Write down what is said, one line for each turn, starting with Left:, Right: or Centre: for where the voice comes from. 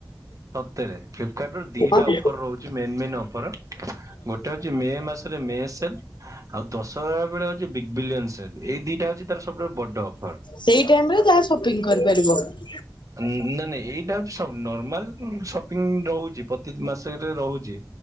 Right: ସେଟରେ ଫ୍ଲିପକାର୍ଟରୁ ଦିଟା
Left: ହଁ
Right: ଅଫର ରହୁଛି ମେନ୍ ମେନ୍ ଅଫର। ଗୋଟେ ହଉଚି ମେ ମାସେରେ ମେ ସେଲ, ଆଉ ଦଶହରା ବେଳେ ହଉ ବିିଲିୟନ ସେ ଏଇ ଦିଟା ହଉଚି ତାର ସବୁଠାରୁ ବଡ ଅଫର।
Left: ସେଇ ଟାଇମ ରେ ଯାହା ସପିଂ କରିପାରିବ। ହଁ
Right: ଉଁ ନା-ନାଇଁ ଏଇଟା ହଉଚି ସବୁ ନର୍ମାଲ ସପିଙ୍ଗ ରହୁଚି, ପ୍ରତି ମାସରେ ରହୁଚି।